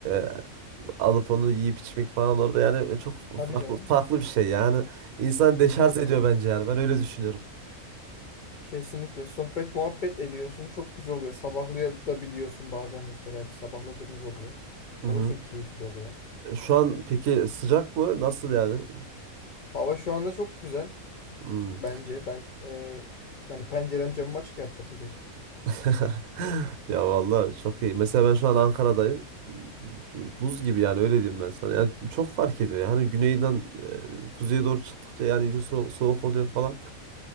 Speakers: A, on the right; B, on the left.
A: e, alıp onu yiyip içmek falan orada yani e, çok
B: Tabii
A: farklı
B: canım
A: farklı bir şey yani. İnsanı
B: kesinlikle.
A: deşarj ediyor bence yani. Ben öyle düşünüyorum.
B: Kesinlikle sohbet muhabbet ediyorsun. Çok güzel oluyor. Sabahlayabiliyorsun bazen mesela bir sabahladığımız oluyor.
A: Hı
B: O
A: hı.
B: da çok keyifli oluyor.
A: E, Şu an peki sıcak mı? Nasıl yani?
B: Hava şu anda çok güzel
A: Hı.
B: bence. Ben e, yani pencerem camım açık yattı bu gece.
A: <laughs> Ya vallahi çok iyi. Mesela ben şu an Ankara'dayım. Şu buz gibi yani öyle diyeyim ben sana. Yani çok fark ediyor. Yani güneyden e, kuzeye doğru çıktıkça yani iyice so- soğuk oluyor falan.